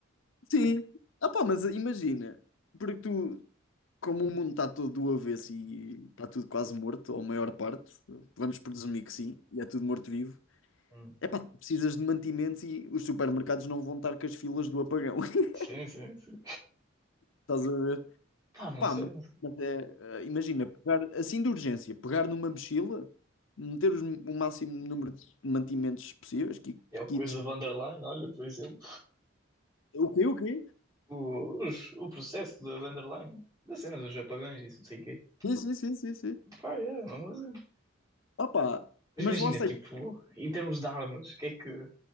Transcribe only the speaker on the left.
sim. Ah pá, mas imagina, porque tu como o mundo está todo do avesso e está tudo quase morto, ou a maior parte, vamos presumir que sim, e é tudo morto-vivo,
é pá, precisas de mantimentos e os supermercados não vão estar com as filas do apagão. <laughs>
Estás a ver?
Pá,
mas,
mas é, eh, imagina, pegar assim de urgência, pegar numa mochila, meter os- o máximo número de mantimentos possíveis, ki-
kits.
O quê? O quê?
Sim, sim, sim, sim, sim.
Ah, pá,
mas
lá está.